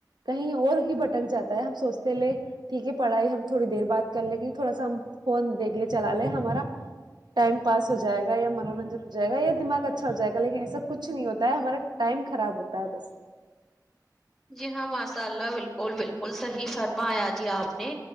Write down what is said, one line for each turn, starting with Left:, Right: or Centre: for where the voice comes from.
Right: کہیں اور ہی بھٹک جاتا ہے ہم سوچتے لے ٹھیک ہے پڑھائی ہم تھوڑی دیر بعد کر لیں گے تھوڑا سا ہم فون دیکھ لے چلا لے ہمارا ٹائم پاس ہو جائے گا یا منورنجن ہو جائے گا یا دماغ اچھا ہو جائے گا لیکن ایسا کچھ نہیں ہوتا ہے ہمارا ٹائم خراب ہوتا ب بس
Centre: جی ہاں ماشاء اللہ بالکل بالکل صحیح فرمایا جی آپ نے